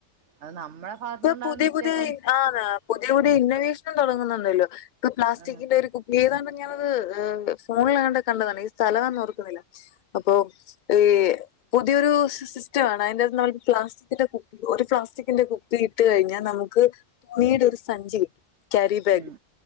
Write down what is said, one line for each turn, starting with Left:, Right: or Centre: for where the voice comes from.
Right: അത് നമ്മള ഭാഗത്തുന്നുണ്ടാന്ന
Left: ഇപ്പൊ പുതിയ
Right: മിസ്റ്റേക്ക
Left: പുതിയ ആന്ന് പുതിയ പുതിയ ഇന്നവേഷനും തൊടങ്ങുന്നുണ്ടല്ലോ ഇപ്പൊ പ്ലാസ്റ്റിക്കിന്റെ
Right: ആഹ്
Left: കുപ്പ ഏതാണ്ട് ഞാനത് ഫോണിലാകാണ്ട് കണ്ടതാണ് ഏസ്ഥലാന്ന് ഓർക്കണില്ല അപ്പോ ഈ പുതിയൊരു സിസ് റ്റാണ് അയിൻ്റകത്ത് നമ്മള് പ്ലാസ്റ്റിക്കിന്റെ കുപ്പി ഒരു പ്ലാസ്റ്റിക്കിന്റെ കുപ്പി ഇട്ട് കഴിഞ്ഞാൽ നമുക്ക് വീടൊരു സഞ്ചി ക്യാരിബാഗ്
Right: ഉം